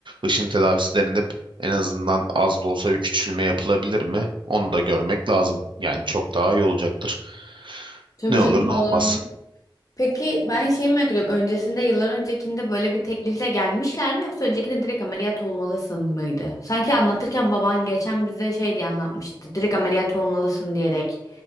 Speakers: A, on the right; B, on the left.
A: ışın tedavisi denilip en azından az da olsa bir küçülme yapılabilir mi? Onu da görmek lazım. Yani çok daha iyi olacaktır.
B: Tabii
A: Ne
B: canım
A: olur
B: oğlanın.
A: ne olmaz.
B: Peki ben şey merak ediyorum. Öncesinde yıllar öncekinde böyle bir teklifle gelmişler mi yoksa öncekinde direkt ameliyat olmalısın mıydı? Sanki anlatırken babam geçen bize şey diye anlatmıştı. Direkt ameliyat olmalısın diyerek